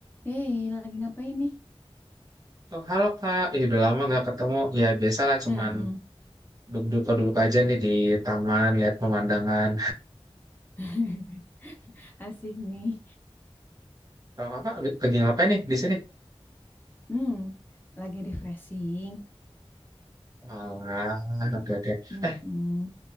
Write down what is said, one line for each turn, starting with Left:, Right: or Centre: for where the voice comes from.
Left: Hey, lagi ngapain nih?
Right: Oh, halo Kak, eh, udah lama nggak ketemu. Ya biasalah cuman
Left: Heeh.
Right: duduk-duduk aja nih di taman lihat pemandangan.
Left: <laughs> Asik nih.
Right: Kalau Kakak lagi ngapain nih di sini?
Left: Hmm, lagi refreshing.
Right: Wah,
Left: Lagi.
Right: oke oke.
Left: Mm-mm.
Right: Eh,